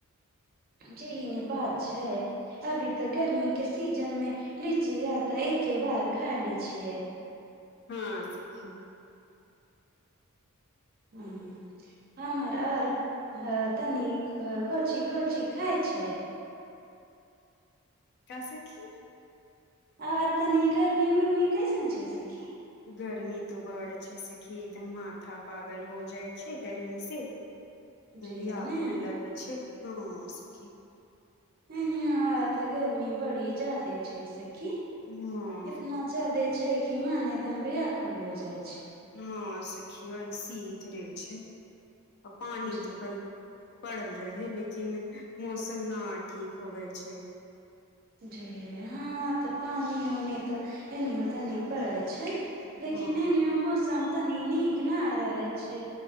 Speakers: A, on the right; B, on the left.
A: जेही ने बात छै अभी तऽ गर्मी के सीजन मे लीची अतै एके बार खाय ले छियै
B: हाँ सखी
A: उं हमर आर तनी कोंची कोंची खाइब छै
B: का सखी
A: आओर तनी गर्मी उर्मी कैसन छै सखी
B: गर्मी तऽ बड्ड छै सखी एकदम माथा पागल हो जाइ छै गर्मी से अभी
A: जे
B: व्याकुल
A: ने
B: लगै छै हाँ सखी
A: नहि न य तऽ गर्मी बड़ी ज्यादे छै सखी कि
B: हँ
A: इतना जादे छै कि मन एदम व्याकुल हो जाय
B: हाँ सखी ऐसी इधरे छै आ पानी
A: जी
B: तऽ कल पड़ल रहे लेकिन मौसम न ठीक होवे छै
A: जे हाँ तऽ पानी ओनी तऽ एनीओ तनी पड़ै छै
B: हँ
A: लेकिन एनियों मौसम तनी नीक न रहे छै